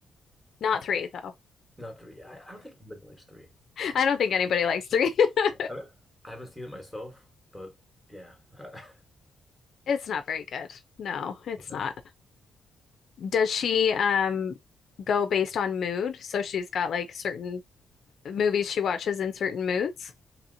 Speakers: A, on the left; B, in the centre.
A: Not three, though.
B: not three. I, I don't think anybody likes three.
A: <laughs> I don't think anybody likes three. <laughs>
B: Yeah. I, I haven't seen it myself, but yeah. <laughs>
A: It's not very good. No, it's
B: Okay.
A: not. Does she, um, go based on mood? So she's got like certain movies she watches in certain moods?